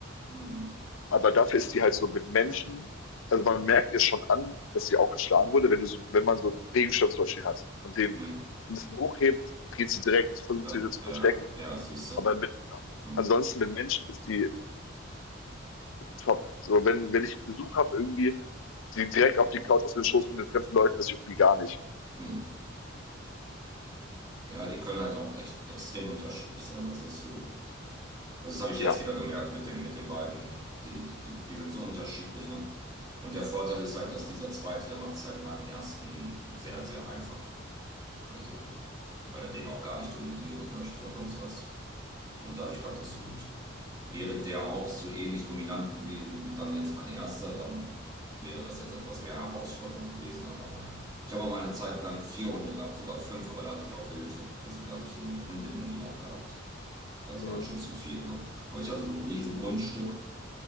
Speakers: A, on the right; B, on the left.
A: mhm.
B: Aber dafür ist die halt so mit Menschen, also man merkt ihr schon an, dass sie auch geschlagen wurde, wenn du so, wenn man so einen Regenschirm zum Beispiel hat und den
A: Mhm.
B: ein bisschen hochhebt, geht sie direkt, versucht
A: Dann,
B: sich so zu
A: ja,
B: verstecken.
A: ja, siehst du.
B: Aber mit,
A: Mhm.
B: ansonsten mit Menschen ist die top. So, wenn, wenn ich Besuch habe, irgendwie die direkt auf die Couch auf den Schoß von den fremden Leuten, das juckt mich gar nicht.
A: Mhm. Ja, die können halt auch echt extrem unterschiedlich sein. Das ist so. Das habe ich
B: Ja.
A: jetzt wieder gemerkt mit dem, mit den beiden. Die, die, die, die sind so unterschiedlich, ne? Und der Vorteil ist halt, dass dieser zweite, der macht es halt meinem ersten sehr, sehr einfach. Also, weil er den auch gar nicht dominieren möchte oder sonst was. Und dadurch klappt das so gut. Wäre Ja. der auch so ähnlich dominant gewesen wie dann jetzt mein erster, dann wäre das jetzt etwas mehr Herausforderung gewesen. Aber naja, ich habe auch mal eine Zeit lang vier Hunde gehabt, sogar fünf, aber da hatte ich auch Hilfe. Also da habe ich so eine Hundenanny auch gehabt. Weil Das
B: Mhm.
A: war dann schon zu viel, ne? Aber ich hatte so ein riesen Grundstück